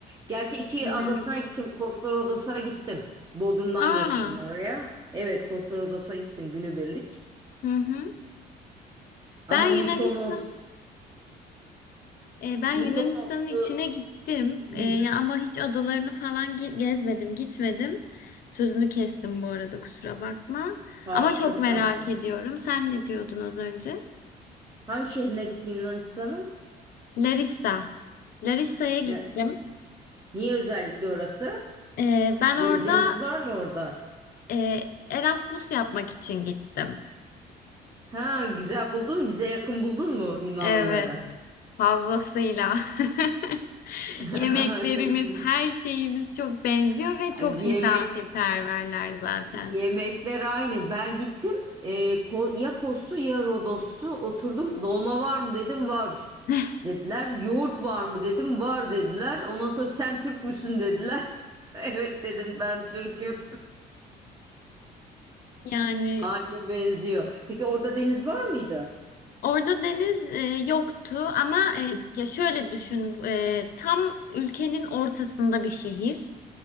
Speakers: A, on the right; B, on the left.
A: Gerçi iki
B: Bayılıyorum.
A: adasına gittim. Kosta Rodos'a gittim. Bodrum'dan
B: Aa,
A: geçtim oraya. Evet Kosta Rodos'a gittim günübirlik.
B: hı hı.
A: Ama
B: Ben
A: Mikonos,
B: Yunanistan, e, ben Yunanistan'ın
A: Mikonos'u
B: içine gittim.
A: Hı,
B: E, ya ama hiç adalarını falan ge- gezmedim, gitmedim. Sözünü kestim bu arada kusura bakma.
A: par,
B: Ama çok
A: estağfurullah.
B: merak ediyorum. Sen ne diyordun az önce?
A: Hangi şehrine gittin Yunanistan'ın?
B: Larissa. Larissa'ya gittim.
A: Ya- Niye özellikle orası?
B: Ee, ben orada
A: De- Deniz var mı orada?
B: Ee, Erasmus yapmak için gittim.
A: Ha güzel buldun. Bize yakın buldun mu Yunanlıları?
B: Evet, fazlasıyla. <laughs>
A: <laughs>
B: Yemeklerimiz,
A: Çok güzel.
B: her şeyimiz çok benziyor ve çok
A: Ay, Yemek
B: misafirperverler zaten.
A: yemekler aynı. Ben gittim. e, Ko- ya Kostu ya Rodos'tu. Oturdum. Dolma var mı dedim var.
B: <laughs>
A: Dediler. Yoğurt var mı dedim var dediler. Ondan sonra sen Türk müsün dediler. <laughs> Evet dedim ben Türk'üm.
B: Yani
A: <laughs> Aynı benziyor. Peki orada deniz var mıydı?
B: orada deniz e, yoktu ama e, ya şöyle düşün e, tam ülkenin ortasında bir şehir